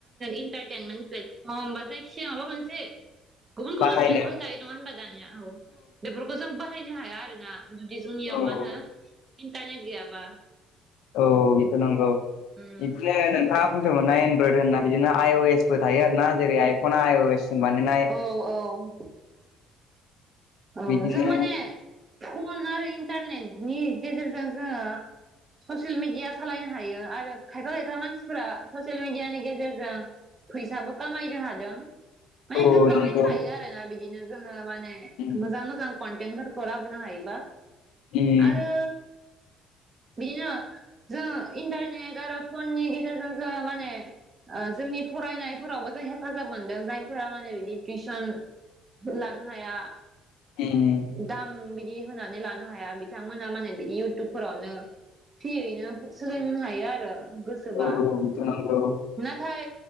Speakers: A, on the right (about 25°); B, on the left (about 85°).
A: इन्टाइटेलमेन्ट फ्लेटभर्म जायखिजाया माबा मोनसे गुबुन गुबुन
B: बाहायनो
A: प्लेटफर्म दायो नङा होनबा दानिया औ बेफोरखौ जों बाहायनो हाया आरो ना। जुदि जोंनियाव
B: औ
A: मा होनो इन्टारनेट गैयाबा।
B: औ बेथ नांगौ
A: उम
B: बिदिनो नोंथाङा बुंदोंमोनना एनड्रयड होनना बिदिनो आइअ एस बबो थायो आर ना जेरै आइफना आइअ एस जों बानायनाय।
A: औ औ औ
B: बिदिनो
A: जों माने फन आरो इन्टारनेटनि गेजेरजों जोङो ससियेल मिडिया सालायनो हायो आरो खायफा खायफा मानसिफोरा ससियेल मिडियानि गेजेरजों फैसाबो खामायनो हादों माने
B: औ
A: जों खामायनो
B: नंगौ
A: हायो आरोना बिदिनो जोङो माने
B: उम
A: मोजां मोजां कन्थेन्टफोरखौ लाबोनो हायोबा
B: उम
A: आरो बिदिनो जोंङो इन्टारनेट आरो फननि गेजेरजों जोंङो माने जोंनि फरायनायफोरावबो जों हेफाजाब मोनदों जायफोरा माने बिदि टिउसन फोलानो हाया।
B: उम
A: दाम बिदि होनानै लानो हाया बिथांमोना माने बिदि इउटुबफोरावनो फ्रियैनो सोलोंनो हायो आरो गोसोबा
B: औ औ बेथ' नंगौ
A: नाथाय